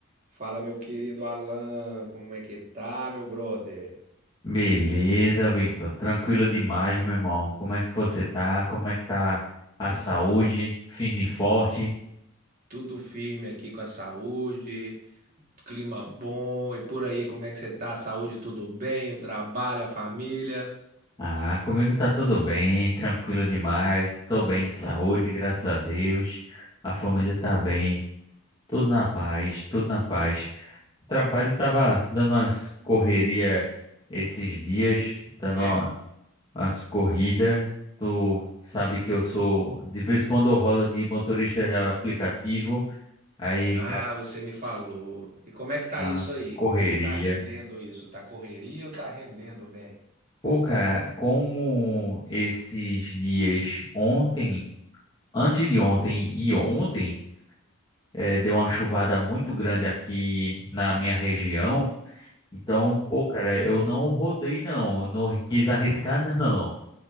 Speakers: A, on the right (about 40°); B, on the left (about 20°).
A: Fala, meu querido Alan, como é que tá, meu brother?
B: Beleza, Victor. Tranquilo demais, meu irmão. Como é que você tá? Como é que tá a saúde? Firme e forte?
A: Tudo firme aqui com a saúde, clima bom e por aí, como é que você tá? A saúde tudo bem? O trabalho, a família?
B: Ah, comigo tá tudo bem, tranquilo demais. Estou bem de saúde, graças a Deus. A família tá bem, tudo na paz, tudo na paz. O trabalho tava dando umas correria esses dias, dando
A: É.
B: uma- umas corridas. Tu sabe que eu sou, de vez em quando eu rodo de motorista de aplicativo. Aí,
A: Ah, você me falou. E como é que tá
B: A
A: isso aí?
B: correria.
A: Como é que tá rendendo isso? Tá correria ou tá rendendo bem?
B: Pô, cara, como esses dias ontem, antes de ontem e ontem, eh, deu uma chuvada muito grande aqui na minha região. Então, pô, cara, eu não rodei, não. eu Não quis arriscar, <laughs> não.